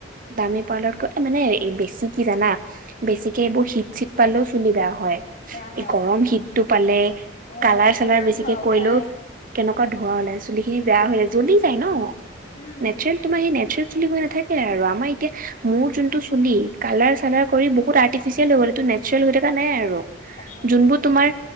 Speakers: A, on the right (about 45°); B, on the left (about 40°).
A: দামী পাৰ্লাৰত এ মানে বেছি কি জানা? বেছিকে এইবোৰ হিট চিত পালেও চুলি বেয়া হয়।
B: বেয়া হয়
A: গৰম হীটটো পালে,
B: অ
A: কালাৰ
B: কেনেকা
A: চালাৰ বেছিকে
B: ধোৱা ওলাই
A: কৰিলেও কেনেকুৱা ধোৱা ওলাই, চুলিখিনি বেয়া হৈ যায়। জ্বলি যায় ন,
B: উম
A: নেচাৰেল তোমাৰ সেই নেচাৰেল চুলি হৈ নাথাকে আৰু, আমাৰ এতিয়া মোৰ যোনটো চুলি, কালাৰ চালাৰ কৰি বহুত আৰ্ট তিফিছিয়েল হৈ গল, সেইটো নেচাৰেল হই থকা নাই আৰু।
B: তাকে
A: জোনবোৰ তোমাৰ